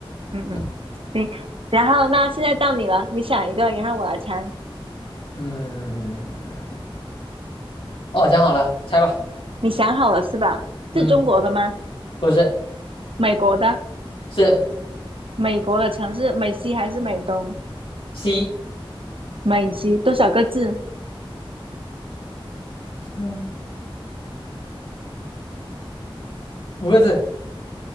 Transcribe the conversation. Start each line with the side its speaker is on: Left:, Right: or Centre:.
Right: 嗯嗯，
Left: 嗯
Right: 行，然后那现在到你了，你想一个，然后我来猜，
Left: 嗯，哦，想好了，猜吧。
Right: 你想好了是吧？
Left: 嗯，
Right: 是中国的吗？
Left: 不是，
Right: 美国的，
Left: 是
Right: 美国的城市，美西还是美东？
Left: C。
Right: 美西多少个字？
Left: 嗯，五个字，